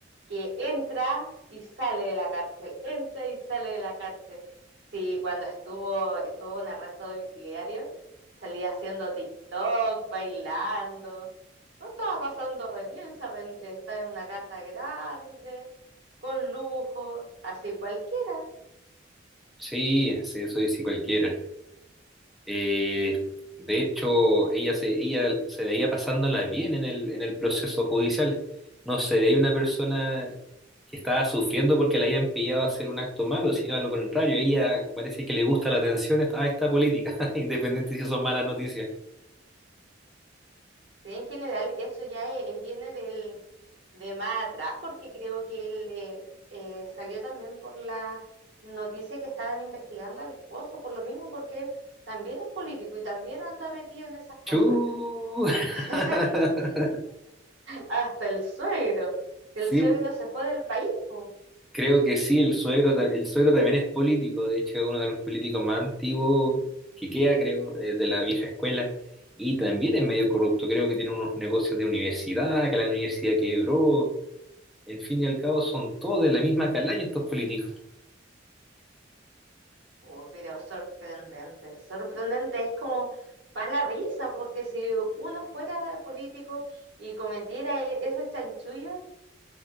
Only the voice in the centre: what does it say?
Sí, sí, eso es sí cualquiera. Eh, de hecho, ella se, ella se veía pasándola bien en el, en el proceso judicial. No se veía una persona que estaba sufriendo porque la hayan pillado a hacer un acto malo, sino a lo contrario, ella parece que le gusta la atención a esta a esta política, <laughs> independiente si son malas noticias.
Chu. <laughs>
Sí,
creo que sí, el suegro, ta- el suegro también es político, de hecho es uno de los políticos más antiguos que queda, creo, eh, de la vieja escuela, y también es medio corrupto, creo que tiene unos negocios de universidad, que la universidad quebró, en fin y al cabo son todos de la misma calaña estos políticos